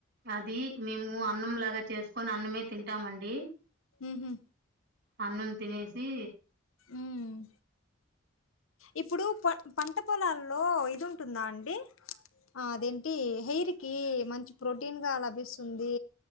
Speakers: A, on the right; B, on the left.
A: అది మేము మేము అన్నం లాగా చేసుకొని అన్నమే తింటామండి
B: మ్ హు
A: అన్నం తినేసి
B: ఉమ్ ఇప్పుడు ప పంట పొలాల్లో ఇది ఉంటుందా అండి ఆ అదేంటి హెయిర్ కి మంచి ప్రోటీన్ గా లభిస్తుంది